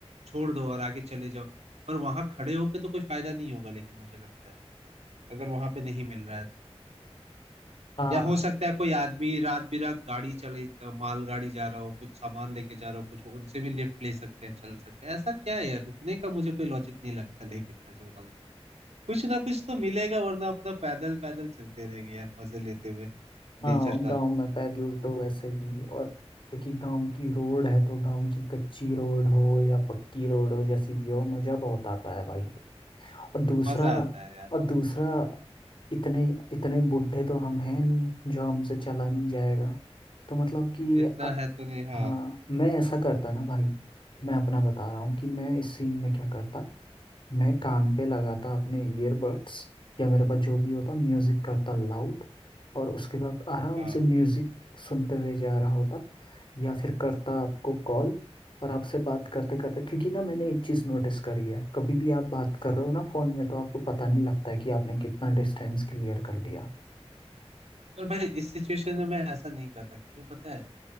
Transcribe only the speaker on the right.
छोड़ दो और आगे चले जाओ पर वहां खड़े होके तो कोई फायदा नहीं होगा लेकिन मुझे लगता है अगर वहां पे नहीं मिल रहा है तो।
या हो सकता है कोई आदमी रात बिरात गाड़ी चले अ, मालगाड़ी जा रहा हो कुछ सामान लेके जा रहा हो कुछ उनसे भी लिफ्ट ले सकते हैं चल सकते हैं ऐसा क्या है यार रुकने का मुझे कोई लॉजिक नहीं लगता लेकिन सच बताऊं तो कुछ ना कुछ तो मिलेगा वरना अपना पैदल पैदल चलते रहेंगे यार मजे लेते हुए
नेचर
का
मजा आता है यार
इतना
है तो नहीं हाँ
हाँ
और भाई इस सिचुएशन में मैं ऐसा नहीं करता क्यों पता है